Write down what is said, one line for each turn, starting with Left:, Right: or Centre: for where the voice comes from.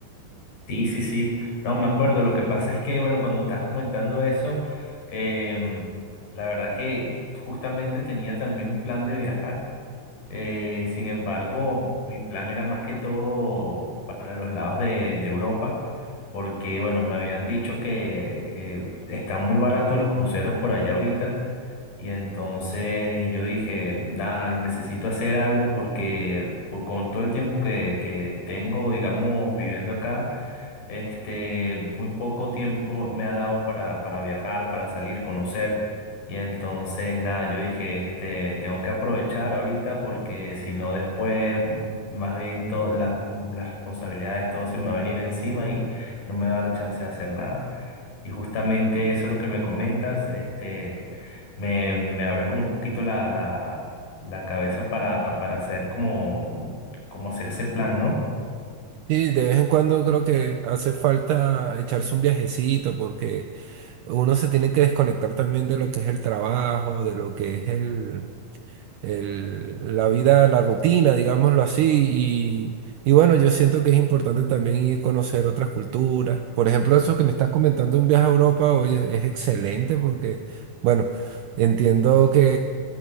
Left: Sí, sí, sí. No, me acuerdo. Lo que pasa es que, bueno, cuando estabas comentando eso, em, la verdad que justamente tenía también un plan de viajar. Eh, sin embargo, mi plan era más que todo para los lados de, de Europa, porque, bueno, me habían dicho que eh, están muy baratos los cruceros por allá ahorita. Y entonces yo dije, nada, necesito hacer algo porque po- con todo el tiempo que, que tengo, digamos, viviendo acá, este, muy poco tiempo me ha dado para, para viajar, para salir, conocer. Y entonces, nada, yo dije, este, tengo que aprovechar ahorita porque si no después, mm, más bien todas las responsabilidades, todo se me va a venir encima y no me va a dar chance de hacer nada. Y justamente eso es lo que me comentas, este, me, me abre como un poquito la, la, la cabeza para, para hacer como, como hacer ese plan, ¿no?
Right: Sí, de vez en cuando creo que hace falta echarse un viajecito porque uno se tiene que desconectar también de lo que es el trabajo, de lo que es el... el- la vida, la rutina, digámoslo así. Y, y bueno, yo siento que es importante también ir a conocer otras culturas. Por ejemplo, eso que me estás comentando, un viaje a Europa, oye, es excelente porque, bueno, entiendo que